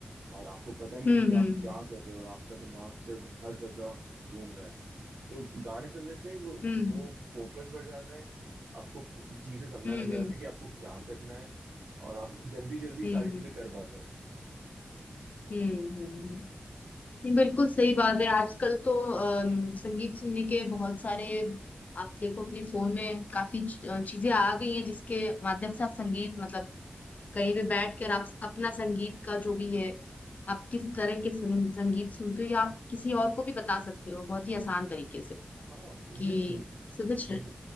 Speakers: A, on the right; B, on the left.
A: और आपको पता नहीं
B: हम्म
A: कि
B: हम्म
A: आप क्या कर रहे हो और आपका दिमाग सिर्फ हर जगह घूम रहा है तो गाने सुनने से वो
B: हम्म
A: वो फोकस बढ़ जाता है आपको चीजें समझने
B: हम्म
A: लग जाती
B: हम्म हम्म
A: है कि आपको क्या करना है और आप जल्दी जल्दी
B: हम्म
A: सारी चीजें कर पाते हो
B: हम्म हम्म। नहीं बिल्कुल सही बात है आजकल तो अम, संगीत सुनने के बहुत सारे आप देखो अपने फोन में काफी च- अ, चीजें आ गई हैं जिसके माध्यम से आप संगीत मतलब कहीं भी बैठ कर आप अपना संगीत का जो भी है आप किस तरह के सुन- संगीत सुनते हो या आप किसी और को भी बता सकते हो बहुत ही आसान तरीके से
A: हाँ मुझे
B: कि
A: तुम,
B: समझ
A: तुम
B: रहे